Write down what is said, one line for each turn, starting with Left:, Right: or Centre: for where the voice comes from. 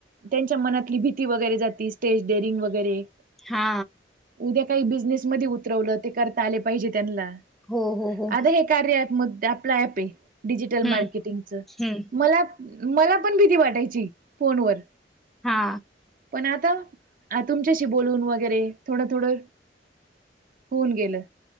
Right: त्यांच्या मनातली भीती वगैरे जाते स्टेज डेअरिंग वगैरे.
Centre: हा.
Right: उद्या काही बिझनेस मध्ये उतरवलं ते करता आले पाहिजे त्यांना
Centre: हो हो हो
Right: आता हे. कार्यप आपला प आहे डिजिटल
Centre: हम्म
Right: मार्केटिंगच
Centre: हम्म
Right: मला. मला पण भीती वाटायची फोनवर.
Centre: हा.
Right: पण आता. अ तुमच्याशी बोलून वगैरे थोडं थोडं होऊन गेलं.